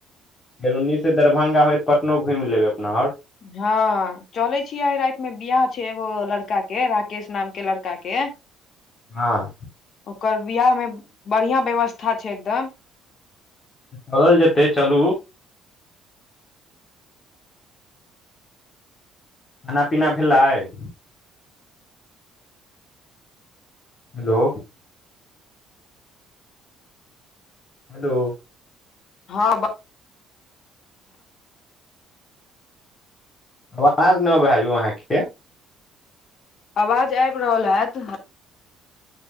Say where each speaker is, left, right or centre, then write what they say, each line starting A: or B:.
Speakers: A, on the left; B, on the left.
A: फेरो ओनी सऽ दरभंगा होयत पटनो घूमि लेब अपना आओर
B: हँ चले छीिय आइ राति मे बिियाह छै एगो लड़का के राकेश नाम के लड़का के <inaudible>
A: हँ
B: ओकर बिआाह मे बढ़िया व्यवस्था छै एकदम
A: चलल जेतै चलू खाना पीना भेलैय हेलो हेलो
B: हँ
A: आवाज ने आबेह आहा केँ
B: आवाज आब रहल हैत